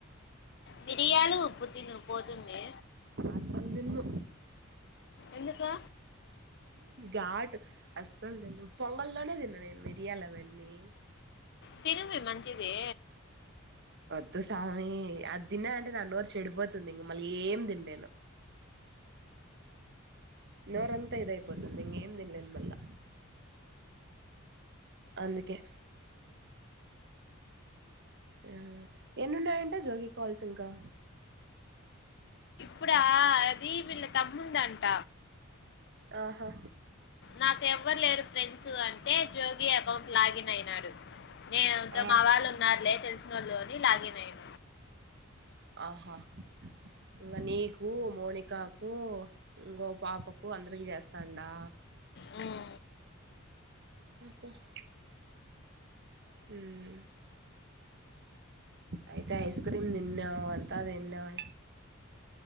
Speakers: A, on the left; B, on the right.
A: మిరియాలు ఉప్పు తిను పోతుంది
B: అసలు దిన్ను
A: ఎందుకు?
B: ఘాటు అస్సలు తింన్ను పొంగల్లోనే తిన్ను నేను మెరియాలి అవన్నీ
A: తినవే మంచిదే
B: వద్దు స్వామి అది తిన్నా అంటే నా నోరు చెడిపోతుంది ఇంక మళ్ళీ ఏం తింలేను నోరంతా ఇదయిపోతుంది ఇంకేం తినలేను మళ్ళా అందుకే ఆ ఎన్నిన్నాయంట జోగి కాల్స్ ఇంకా
A: ఇప్పుడా అది వీళ్ళ తమ్ముందంట
B: ఆహా
A: నాకు ఎవ్వరు లేరు ఫ్రెండ్స్ అం ఏ జోగి అకౌంట్ లాగ్ ఇన్ అయినాడు నేను ఇదో
B: ఆ
A: మా వాళ్ళు ఉన్నారులే తెలుసు ఫోన్ లోని లాగిన్ అయిన
B: ఆహా ఇంగ నీకు మోనికాకు ఇంగో పాపకు అందరికి చేస్తా నా
A: ఉమ్
B: <unintelligible> ఉమ్ అయితే ఐస్ క్రీమ్ తిన్నావు అంతా తిన్నావు